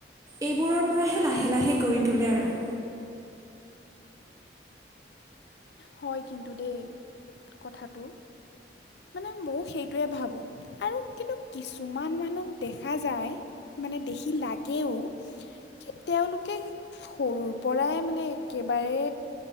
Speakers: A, on the right (about 20°); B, on the left (about 70°).
A: এইবোৰৰ পৰাহে লাহে - লাহে গঢ়ি তোলে আৰু।
B: হয় কিন্তু দেই কথাটো। মানে ময়ও সেইটোৱে ভাবো আৰু কিন্তু কিছুমান মানুহক দেখা যায়। মানে দেখি লাগেও কি তেওঁলোকে সৰুৰ পৰাই মানে একেবাৰে